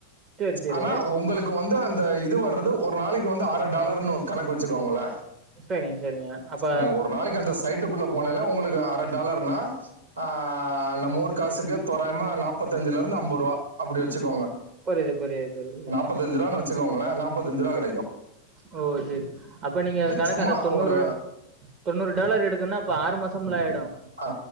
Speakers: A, on the right; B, on the right.
A: சேரி சேரி
B: ஆனா ஒங்குளுக் கு வந்து அந்த இது வர்றது ஒரு நாளைக்கு வந்து அர டாலர்னு கணக்கு வச்சுக்கோங்களே
A: சரிங்க சரிங்க அப்ப
B: நீங்க ஒரு நாளைக்கு அந்த சைட்டுக்குள்ள போனால உங்களுக்கு அர டாலர்னா ஆ நம்ம ஊர் காசுக்கு தோராயமா நாப்பத்தஞ்சுலருந்து அம்பது ரூவா அப்டி வச்சுக்கோங்க
A: புரிது புரிது புரிது
B: முப்பத்தஞ்சுரூவான் வச்சுக்கோங்ளே நாப்பத்தஞ்சு ரூவா கெடைக்கூ
A: ஓ செரி அப்ப நீங்க கணக்கு
B: சும்மா
A: அந்த தொண்ணூறு
B: ஒரு
A: தொண்ணூறு டாலர் எடுக்குன்னா அப்ப ஆறு மாசம்ல ஆயிடு
B: ஆ